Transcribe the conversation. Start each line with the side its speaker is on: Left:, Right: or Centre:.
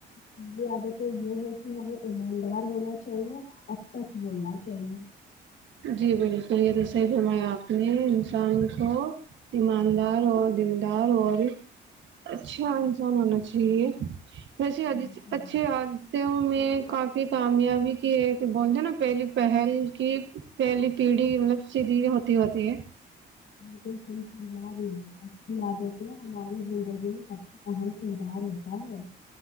Left: الی عادتیں یہ ہے کہ ہمیں ایماندار ہونا چاہیے اور سچ بولنا چاہیے
Right: جی بالکل یہ تو صحیح فرمایا اپپ نے انسان کو ایماندار اور دل دار اور اچھا انسان ہونا چاہیے ویسیے اجی
Left: بالکل
Right: اچھی آ میں کافی کامیابی کی ہے کہ بولتے نا پہلی پہل کی پہلی پیڑھی مطلب سیدھی ہوتی ہوتی ہے
Left: م تو سی سلو رہی ہے زدتیں ہماری زندگی سب اہم کردار ہوتا ہے